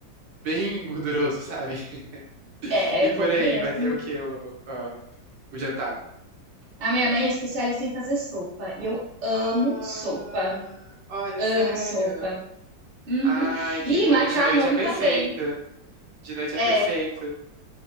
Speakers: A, on the right; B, on the right.
A: bem gorduroso, sabe? <laughs>
B: é
A: E
B: é bom
A: por
B: mesmo.
A: aí vai ter o que o, ó, o jantar?
B: A minha mãe é especialista em fazer sopa e eu amo
A: Ah,
B: sopa.
A: olha,
B: Amo
A: sério?
B: sopa. Uhum.
A: Ai, que
B: E
A: bom,
B: macarrão
A: de noite é perfeito,
B: também.
A: de noite
B: É,
A: é perfeito.